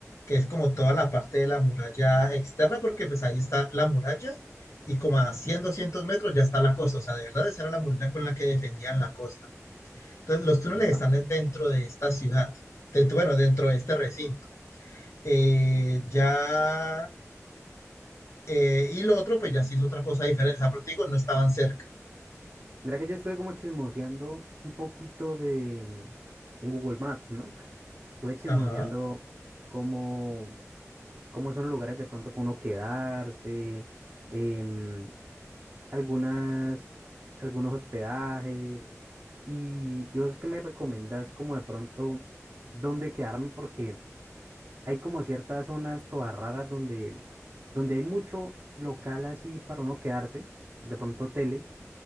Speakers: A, on the left; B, on the right.
A: que es como toda la parte de la muralla externa, porque pues ahí está la muralla y como a 100, 200 metros ya está la costa, o sea, de verdad esa era la muralla con la que defendían la costa. Entonces los túneles
B: ¿epa?
A: están es dentro de esta ciudad, dentro, bueno, dentro de este recinto. Eh, ya, eh, y lo otro pues ya sí es otra cosa diferente, o sea, pero te digo, no estaban cerca.
B: Mira que yo estuve como chismoseando un poquito de mm, en Google Maps, ¿no? <laughs> Estuve chismoseando
A: Ajá,
B: cómo, cómo son los lugares de pronto para uno quedarse, em, algunas, algunos hospedajes. Y, y vos que me recomendás como de pronto dónde quedarme, porque hay como ciertas zonas todas raras donde, donde hay mucho local así para uno quedarse, de pronto hoteles